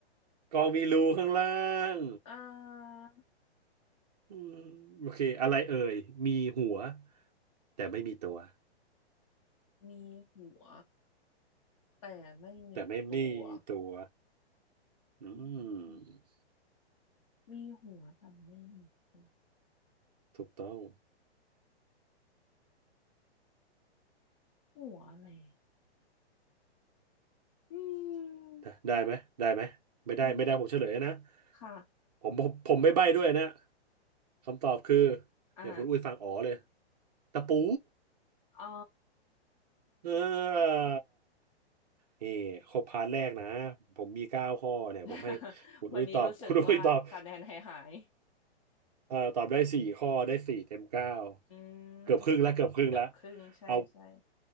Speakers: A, on the right (about 35°); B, on the left (about 30°).
A: กลองมีรูข้างล่าง
B: อ่า
A: อืมโอเคอะไรเอ่ยมีหัวแต่ไม่มีตัว
B: มีหัวแต่ไม่มีตัว
A: แต่ไม่มีตัวอืม
B: มีหัว มีหัวแต่ไม่มีตัว
A: ถูกต้อง
B: หัวอะไรอะอืม
A: ได้ได้ไหมได้ไหมไม่ได้ไม่ได้ผมเฉลยนะ
B: ไม่ค่ะ
A: ผมผมผมไม่ใบ้ด้วยนะคำตอบคือ
B: อ่า
A: เนี่ยคุณอุ้ยฟังอ๋อเลยตะปู
B: อ๋อ
A: เออนี่ครบพาร์ทแรกนะผมมีเก้าข้อเนี่ยผมให้คุณอุ้ยตอบ
B: <laughs> วันนี้รู้สึกว่าคะแนนหายหาย
A: <laughs> คุณอุ้ยตอบเอ่อตอบได้สี่ข้อได้สี่เต็มเก้า
B: อื
A: เกือบครึ่งแล้วเกือบครึ่งแล้ว
B: มเกือบครึ่งใช่ใช่
A: เอา